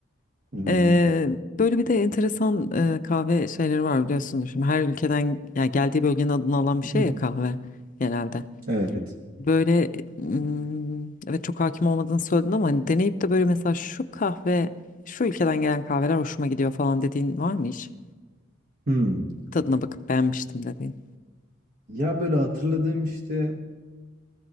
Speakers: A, on the right; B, on the left.
A: Hmm.
B: Ee, böyle bir de enteresan e, kahve şeyleri var biliyorsunuz. Şimdi her ülkeden yani geldiği bölgenin adını alan bir
A: <clears throat>
B: şey ya kahve genelde.
A: Evet.
B: Böyle mm, evet çok hakim olmadığını söyledin ama hani deneyip de böyle mesela şu kahve şu ülkeden gelen kahveler hoşuma gidiyor falan dediğin var mı hiç?
A: Hmm.
B: Tadına bakıp beğenmiştim dediğin.
A: Ya böyle hatırladığım işte